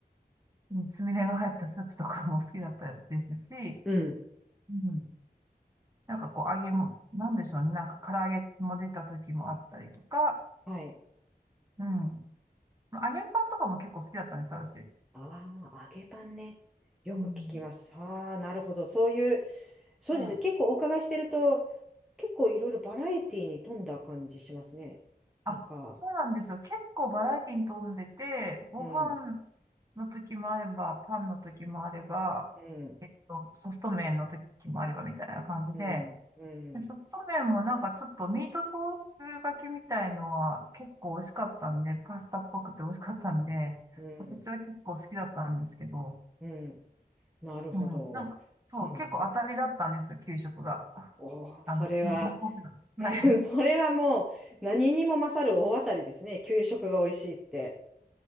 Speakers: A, on the right; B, in the centre.
A: うんつみれが入ったスープとかも <laughs> 好きだったですし、
B: うん。
A: うん、なんかこう揚げも、なんでしょうね、なんか唐揚げも出た時もあったりとか、
B: はい。
A: うん。揚げパンとかも結構好きだったんです、私。
B: ああ、揚げパンね。よく聞きます。
A: うん。
B: ああ、なるほど。そういうそうですね。
A: はい。
B: 結構お伺いしてると、結構いろいろバラエティに富んだ感じしますね。
A: あ、
B: なんか、
A: そうなんですよ。結構バラエティに富んでて、ご飯
B: うん、
A: の時もあれば、パンの時もあれば、
B: うん、
A: えっと、ソフト麺の時もあればみたいな感じで、
B: うん、うん、
A: でソフト麺もなんかちょっとミートソースがけみたいのが結構美味しかったんで、パスタっぽくて美味しかったんで、
B: うん、
A: 私は結構好きだったんですけど、
B: うん。なるほど。
A: うん、なんかそう、
B: うん。
A: 結構当たりだったんですよ、給食が。
B: おー、
A: あの、
B: それは
A: に日本の。
B: <laughs>
A: はい。<laughs>
B: それはもう何にも勝る大当たりですね。給食が美味しいって。